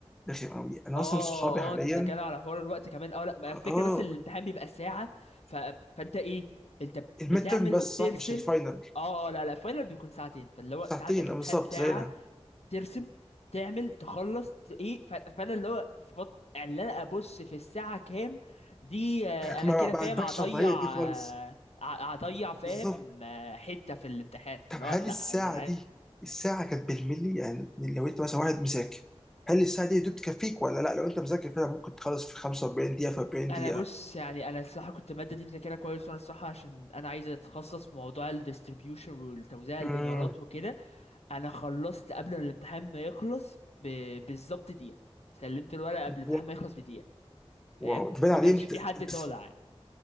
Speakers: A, in the centre; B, on the left.
A: رخم قوي انا
B: اه
A: اصلا صحابي حاليا
B: اه انت بتتكلم على حوار الوقت كمان اه لا ما الفكره
A: اه
B: بس ان الامتحان بيبقى ساعه ف... فانت ايه انت بتعمل
A: الميد ترم بس
B: وبترسم
A: صح مش الفاينل
B: اه اه لا لا فاينل بيكون ساعتين فاللي هو
A: ساعتين
B: انت عندك امتحان
A: أه، بالظبط
B: ساعه
A: زينا
B: ترسم تعمل تخلص ت- ايه ف... فانا اللي هو فط... اللي انا ابص في الساعه كام دي آه، انا
A: ما,
B: كده فاهم
A: ما عندكش
B: هضيع
A: رفاهية دي خالص
B: آه، ه- هضيع فاهم
A: بالظبط
B: آه، حته في الامتحان فاللي
A: طب هل
B: هو لا
A: الساعة
B: يا جدعان
A: دي الساعة كانت بالملي يعني لو انت مثلا واحد مذاكر هل الساعة دي يا دوب تكفيك ولا لا لو انت مذاكر فعلا ممكن تخلص في 45 دقيقة في 40
B: انا
A: دقيقة
B: بص يعني انا الصراحه كنت الماده دي مذاكرها كويس وانا الصراحه عشان انا عايز اتخصص في موضوع الديستريبيوشن والتوزيع الادارات
A: امم
B: وكده انا خلصت قبل ما الامتحان ما يخلص ب... بالظبط دقيقه سلمت الورقه قبل الامتحان
A: واو
B: ما يخلص بدقيقه فاهم
A: واو ده باين
B: وما
A: عليه
B: كانش
A: امت...
B: في حد
A: بس-
B: طالع